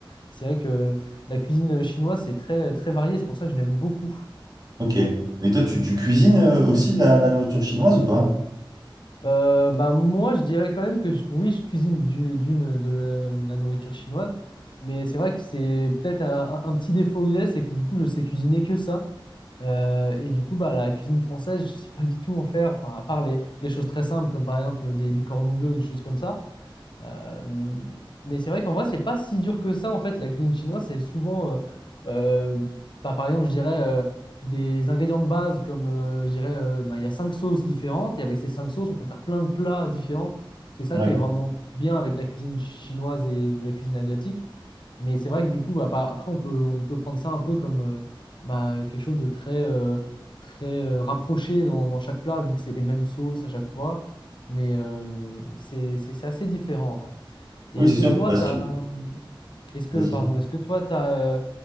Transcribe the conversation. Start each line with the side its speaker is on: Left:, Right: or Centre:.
Left: c'est vrai que la cuisine chinoise c'est très très varié. C'est pour ça que je l'aime beaucoup.
Right: ok. Mais toi, tu, tu cuisines euh, aussi de la, la nourriture chinoise ou pas?
Left: Euh, bah moi, je dirais quand même que je- oui, je cuisine du- d'une de la nourriture chinoise, mais c'est vrai que c'est peut-être un, un- un petit défaut que j'ai, c'est que du coup, je sais cuisiner que ça. Euh, et du coup, bah, la cuisine française, je sais pas du tout en faire, enfin, à part les, les choses très simples, comme par exemple des, des cordons bleus ou des choses comme ça. Euh, mais c'est vrai qu'en vrai, c'est pas si dur que ça en fait. La cuisine chinoise, c'est souvent, euh, euh, bah, par exemple, je dirais euh, des ingrédients de base comme, euh, je dirais, euh, bah, il y a cinq sauces différentes et avec ces cinq sauces, on peut faire plein de plats différents. C'est ça
Right: Ouais.
Left: qui est vraiment bien avec la cuisine chinoise et ou la cuisine asiatique. Mais c'est vrai que du coup, bah, par- après, on peut, on peut prendre ça un peu comme euh, bah, quelque chose de très, euh, très euh, rapproché dans, dans chaque plat, vu que c'est les mêmes sauces à chaque fois. Mais euh, c'est, c'est, c'est assez différent en vrai. Et
Right: Oui,
Left: est-ce
Right: c'est
Left: que
Right: sûr,
Left: toi,
Right: parce
Left: t'as,
Right: que...
Left: euh, est-ce que,
Right: Vas-y.
Left: pardon, est-ce que toi, t'as, euh,